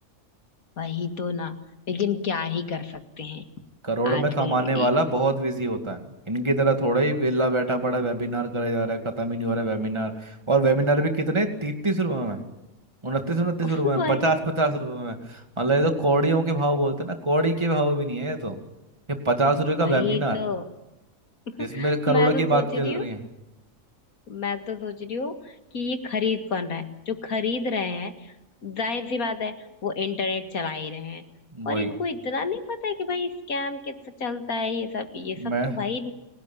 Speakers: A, on the left (about 80°); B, on the right (about 20°).
A: वही तो ना लेकिन क्या ही कर सकते हैं
B: करोड़
A: आजकल
B: में कमाने
A: के
B: वाला बहुत बिजी होता है इनकी तरह थोड़ा ही वेला बैठा पड़ा वेबिनार करे जा रहा है खत्म ही नहीं हो रहा है वेबिनार और वेबिनार भी कितने तीस तीस रुपए उनतीस उनतीस
A: उफ
B: रुपए में
A: भाई
B: पचास पचास रुपए में मतलब ये तो कौड़ियों के भाव बोलते हैं ना कौड़ी के भाव भी नहीं है ये तो ये पचास रुपए का
A: वही
B: वेबिनार
A: तो <laughs>
B: इसमें करोड़ों
A: मैं तो
B: की
A: सोच
B: बात
A: रही
B: चल
A: हूँ
B: रही है
A: मैं तो सोच रही हूँ कि ये खरीद कौन रहा है जो खरीद रहे हैं जाहिर सी बात है वो इंटरनेट चला ही रहे हैं
B: वही
A: और इनको इतना नहीं पता है कि भाई स्कैम कैसे चलता है ये सब ये
B: मैं
A: सब तो भाई